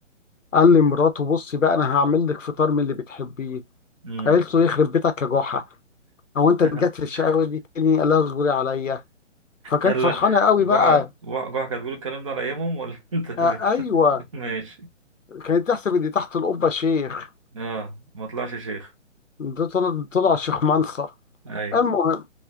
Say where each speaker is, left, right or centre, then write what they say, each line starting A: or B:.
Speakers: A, on the left; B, on the right.
A: قال لمراته بصي بقى انا هعمل لك فطار من اللي بتحبيه
B: امم
A: قالت له يخرب بيتك يا جحا هو انت
B: <laughs>
A: رجعت للشقاوه دي تاني قال لها اصبري عليا فكانت
B: هلا
A: فرحانه قوي
B: جحا
A: بقى
B: جحا كانت بتقول الكلام ده على ايامهم ولا انت بت...
A: آه ايوه
B: <laughs> ماشي
A: كانت تحسب ان تحت القبه شيخ
B: اه ما طلعش شيخ
A: ده طلع طلع شيخ منصر
B: اي
A: المهم